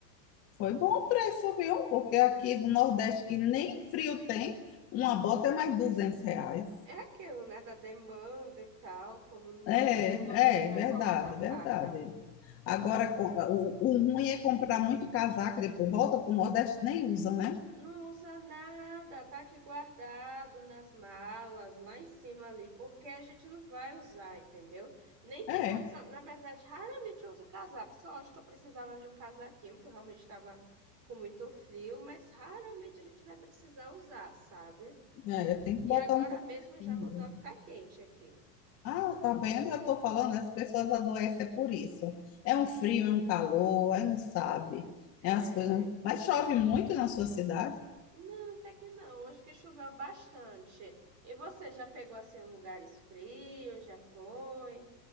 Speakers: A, on the left; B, on the right.
A: Foi bom o preço, viu? Porque aqui no Nordeste, que nem frio tem, uma bota é mais 200 reais.
B: É aquilo, né? Da demanda e tal. Como não tem
A: É,
B: muita demanda, eles vão
A: é, verdade,
B: e colocam a faca.
A: verdade. Agora, co- o, o ruim é comprar muito casaco, depois volta para o Nordeste, nem usa, né?
B: Não usa nada, tá aqui guardado nas malas, lá em cima ali, porque a gente não vai usar, entendeu? Nem tem
A: É,
B: condição. Na verdade, raramente eu uso casaco. Só hoje que eu precisava de um casaquinho, porque eu realmente estava com muito frio, mas raramente a gente vai precisar usar, sabe?
A: é, tem que
B: E
A: botar
B: agora
A: um casaquinho.
B: mesmo já voltou a ficar quente aqui.
A: Ah, tá vendo? Eu tô falando, as pessoas adoecem é por isso. É um frio, é um calor, aí não sabe.
B: É...
A: É as coisas. Mas chove muito na sua cidade?
B: Não, até que não. Hoje que choveu bastante. E você já pegou assim lugares frios? Já foi?